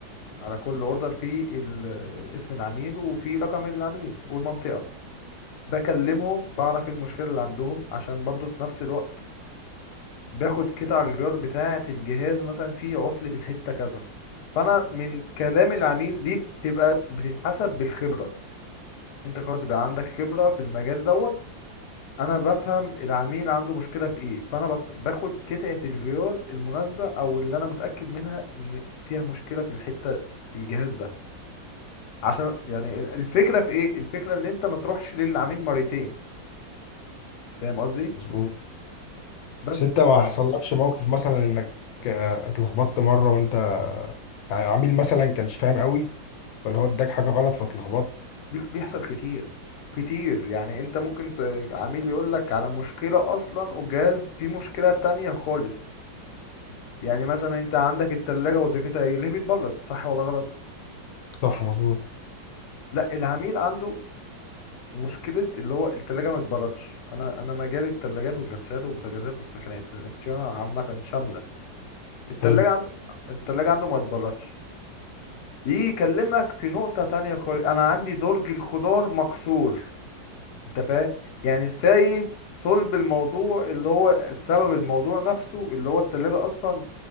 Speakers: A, on the left; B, on the left.
A: على كل أوردر فيه ال- اسم العميل وفيه رقم العميل والمنطقة بكلمهم بعرف إيه المشكلة اللي عندهم عشان برضو في نفس الوقت باخد قطع الغيار بتاعة الجهاز مثلا في عطل في الحتة كذا فأنا من كلام العميل دي بتبقى بتتحسب بالخبرة انت خلاص بقى عندك خبرة في المجال دوت انا بفهم العميل عنده مشكلة في ايه فانا بت- باخد قطعة الغيار المناسبة او اللي انا متأكد منها ان فيها مشكلة في الحتة في الجهاز ده عشان يعني الفكرة في ايه الفكرة ان انت ما تروحش للعميل مرتين فاهم قصدي
B: مظبوط
A: بس
B: بس انت ما
A: ف... طب
B: حصلكش موقف مثلا انك آه، اتلخبطت مرة وانت يعني عميل مثلا كانش فاهم قوي ولا هو اداك حاجة غلط فاتلخبطت
A: دي بيحصل كتير كتير يعني انت ممكن ت... عميل يقول لك على مشكلة اصلا وجهاز فيه مشكلة تانية خالص يعني مثلا انت عندك التلاجة وظيفتها ايه اللي هي بتبرد صح ولا غلط
B: صح مظبوط
A: لا العميل عنده مشكلة اللي هو التلاجة ما بتبردش انا انا مجالي التلاجات والغسالات والبوتاجازات والسخانات الصيانة عامة شاملة التلاجة
B: حلو
A: عنده التلاجة عنده ما بتبردش يجي يكلمك في نقطة تانية خالص انا عندي درج الخضار مكسور انت فاهم يعني سايب صلب الموضوع اللي هو سبب الموضوع نفسه اللي هو التلاجة اصلا